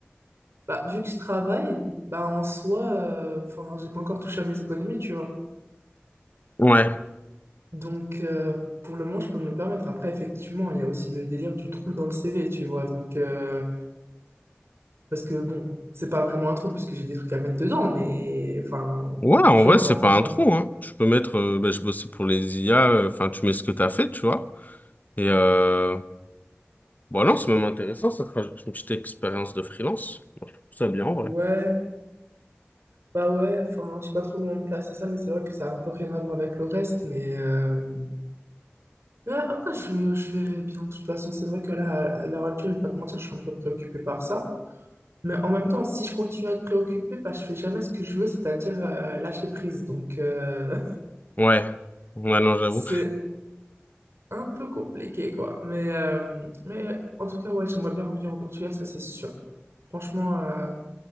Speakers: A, on the right (about 75°); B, on the left (about 40°).
A: bah vu que je travaille, bah en soi, euh, enfin j'ai pas encore touché à mes économies, tu vois.
B: Ouais.
A: Donc, euh, pour le moment, je peux me le permettre. Après, effectivement, il y a aussi le délire du trou dans le CV, tu vois. Donc, euh, parce que bon, c'est pas vraiment un trou parce que j'ai des trucs à mettre dedans, mais enfin,
B: Ouais, en
A: tu
B: vrai,
A: vois, quand,
B: c'est pas
A: quand...
B: un trou, hein. Tu peux mettre, euh, bah, j'ai bossé pour les IA, euh, enfin, tu mets ce que t'as fait, tu vois. Et, euh, bon, non, c'est même intéressant, ça te rajoute une petite expérience de freelance. Moi, je trouve ça bien, en vrai.
A: Ouais, bah ouais, enfin, je sais pas trop comment placer ça, mais c'est vrai que ça a un peu rien à voir avec le reste, mais... euh, mais après, je, je verrai bien. De toute façon, c'est vrai que là, à à l'heure actuelle, je vais pas te mentir, je suis un peu préoccupée par ça. Mais en même temps, si je continue à être préoccupée bah, je fais jamais ce que je veux, c'est-à-dire euh, lâcher prise. Donc, euh,
B: Ouais. Ouais, non, j'avoue.
A: <laughs> c'est un peu compliqué, quoi. Mais, euh, mais en tout cas, ouais, j'aimerais bien revenir au Portugal, ça c'est sûr. Franchement, euh,